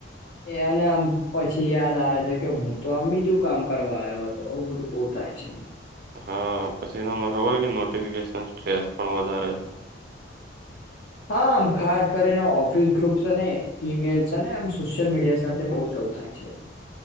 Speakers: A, on the left (about 65°); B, on the right (about 55°).
A: એ અને આમ પછી યાદ આવે છે કે હું તો આમ બીજું કામ કરવા આવ્યો હતો આવું બધું બહુ થાય છે.
B: હા પછી તમને ખબર હો કે નોટિફિકેશન સ્ટ્રેસ પણ વધારે છે.
A: હા આમ ખાસ કરીને ઓફિસ ગ્રુપ્સ અને ઈમેલ્સ અને આમ સોશિયલ મીડિયા સાથે બહું જ થાય છે.